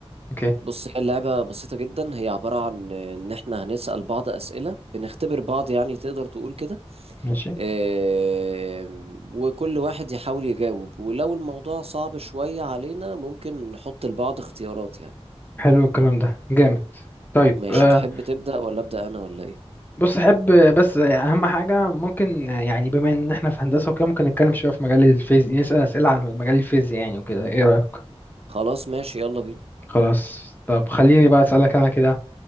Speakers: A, on the left; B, on the right.
A: اوكي
B: بص هي اللعبة بسيطة جدا هي عبارة عن ان احنا هنسأل بعض أسئلة بنختبر بعض يعني تقدر تقول كده
A: ماشي
B: آم، وكل واحد يحاول يجاوب ولو الموضوع صعب شوية علينا ممكن نحط لبعض اختيارات يعني
A: حلو الكلام ده جامد طيب
B: ماشي
A: آه،
B: تحب تبدأ ولا أبدأ أنا ولا إيه
A: بص احب آه، بس آه، اهم حاجه ممكن آه، يعني بما ان احنا في هندسه وكده ممكن نتكلم شويه في مجال الفيزياء نسال اسئله عن مجال الفيزياء يعني وكده ايه رايك
B: خلاص ماشي يلا بينا
A: خلاص طب خليني بقى اسالك انا كده